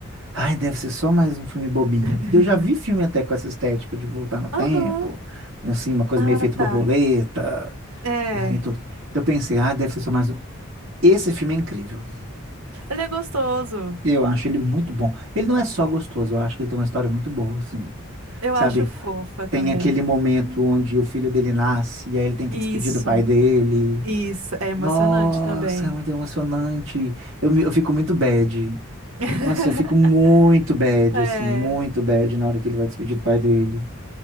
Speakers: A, on the right; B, on the right.
A: ai, deve ser só mais um filme bobinho.
B: <laughs>
A: Porque Eu já vi filme até com essa estética de voltar no tempo,
B: Aham.
A: assim, uma coisa
B: Ah,
A: meio efeito
B: tá.
A: borboleta,
B: É.
A: né, e tudo. Eu pensei, ah, deve ser só mais um. Esse filme é incrível.
B: Ele é gostoso.
A: Eu acho ele muito bom. Ele não é só gostoso, eu acho que ele tem uma história muito boa, assim.
B: Eu
A: Sabe?
B: acho fofa também.
A: Tem aquele momento onde o filho dele nasce e aí ele tem que
B: Isso,
A: despedir do pai dele.
B: isso. É emocionante
A: Nossa,
B: também.
A: é muito emocionante. Eu, me- eu fico muito bad.
B: <laughs>
A: Nossa, eu fico muito bad,
B: É.
A: assim, muito bad na hora que ele vai despedir do pai dele.